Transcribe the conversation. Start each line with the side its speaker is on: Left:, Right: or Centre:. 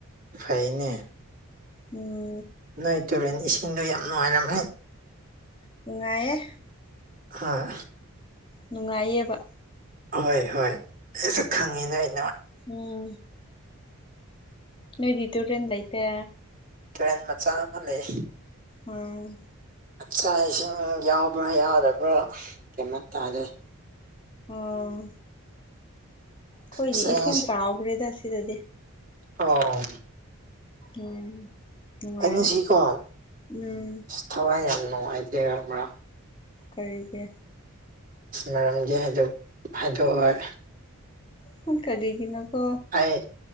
Right: ꯐꯩꯅꯦ
Left: ꯎꯝ
Right: ꯅꯣꯏ ꯇꯨꯔꯦꯟ ꯏꯁꯤꯡꯗꯣ ꯌꯥꯝ ꯅꯨꯡꯉꯥꯏꯔꯃ‌ꯦ
Left: ꯅꯨꯡꯉꯥꯏꯌ‌ꯦ
Right: ꯍꯣꯏ
Left: ꯅꯨꯡꯉꯥꯏꯌꯦꯕ
Right: ꯍꯣꯏ ꯍꯣꯏ ꯑꯩꯁꯨ ꯈꯪꯉꯤꯅꯦ ꯑꯩ
Left: ꯎꯝ ꯅꯣꯏꯗꯤꯇ ꯔꯦꯟ ꯂꯩ ꯂꯩꯇ
Right: ꯇ꯭ꯔꯦꯟ ꯃꯆꯥ ꯑꯃ ꯂꯩ
Left: ꯑꯣ
Right: ꯑꯆꯥ ꯏꯁꯤꯡ ꯌꯥꯎꯕ꯭ꯔꯥ ꯌꯥꯎꯗꯕ꯭ꯔꯥ ꯀꯩꯝꯃ ꯇꯥꯗ‌ꯦ
Left: ꯑꯣ ꯑꯩꯈꯣꯏꯗꯤ
Right: ꯑꯁ ꯑꯩ
Left: ꯏꯁꯤꯡ
Right: ꯉꯁꯤ
Left: ꯆꯥꯎꯈ꯭ꯔꯦꯗ ꯁꯤꯗꯗꯤ
Right: ꯑꯣ
Left: ꯎꯝ ꯅꯨꯡꯉꯥꯏꯔꯦ
Right: ꯑꯩ ꯉꯁꯤꯀꯣ ꯑ
Left: ꯎꯝ
Right: ꯊꯋꯥꯏ ꯌꯥꯝ ꯅꯨꯡꯉꯥꯏꯇ꯭ꯔꯦ ꯈꯪꯕ꯭ꯔꯥ
Left: ꯀꯔꯤꯒꯤ
Right: ꯑꯁ ꯃꯔꯝꯗꯤ ꯍꯥꯏꯗ‌ꯣꯛ ꯍꯥꯏꯗꯣꯛꯑꯣꯏ
Left: <unintelligible> ꯀꯔꯤꯒꯤꯅ‌ꯣꯀꯣ
Right: ꯑꯩ